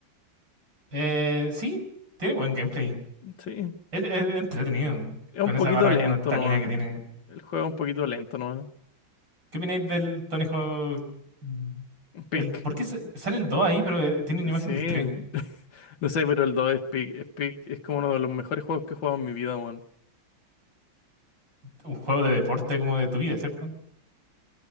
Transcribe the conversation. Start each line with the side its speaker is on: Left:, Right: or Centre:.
Right: Eh, sí, tiene buen gameplay.
Left: Sí,
Right: Es, es entretenido. mm,
Left: es
Right: Con
Left: un poquito
Right: esa barra
Left: lento
Right: como de estamina
Left: nomás.
Right: que tiene.
Left: El juego es un poquito lento nomás.
Right: ¿Qué opináis del Tony Hawk? mm,
Left: Pick.
Right: El, ¿por qué sa-
Left: Mm,
Right: sale el 2 ahí, pero eh, tiene una imagen
Left: Sí,
Right: del tres
Left: <laughs> no sé, pero el 2 es Pick. Es Peak, es como uno de los mejores juegos que he jugado en mi vida, weón.
Right: Un juego de deporte como de tu vida, ¿cierto?